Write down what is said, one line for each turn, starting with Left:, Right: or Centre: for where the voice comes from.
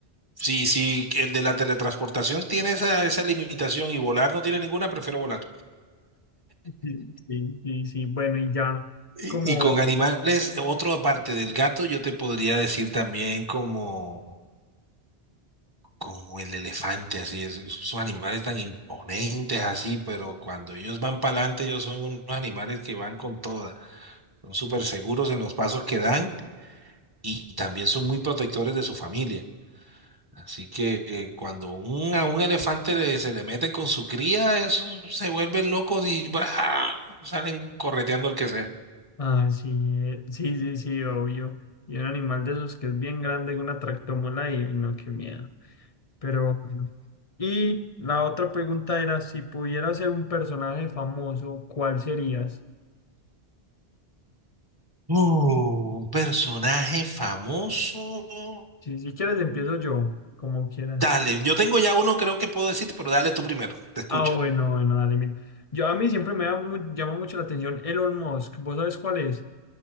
Right: Sí, sí, el de la teletransportación tiene esa, esa limitación y volar no tiene ninguna, prefiero volar.
Left: sí, sí, sí, sí, bueno, y ya
Right: Y,
Left: como,
Right: y con animales, otra parte del gato, yo te podría decir también como como el elefante, así es, son animales tan imponentes así, pero cuando ellos van para adelante, ellos son unos animales que van con toda, son súper seguros en los pasos que dan y también son muy protectores de su familia. Así que eh, cuando un, a un elefante le- se le meten con su cría, esos se vuelven locos y ¡bra! salen correteando al que sea.
Left: ah, sí, sí, sí, sí, obvio, y un animal de esos que es bien grande, una tractomola y, y no, qué miedo, pero, bueno. y la otra pregunta era, si pudieras ser un personaje famoso, ¿cuál serías?
Right: Uh, un personaje famoso.
Left: Si, si quieres empiezo yo, como quieras.
Right: Dale, yo tengo ya uno, creo que puedo decirte, pero dale tú primero, te escucho.
Left: Ah, bueno, bueno, dale, mira. Yo, a mí siempre me da mu- llama mucho la atención Elon Musk. ¿Vos sabés cuál es?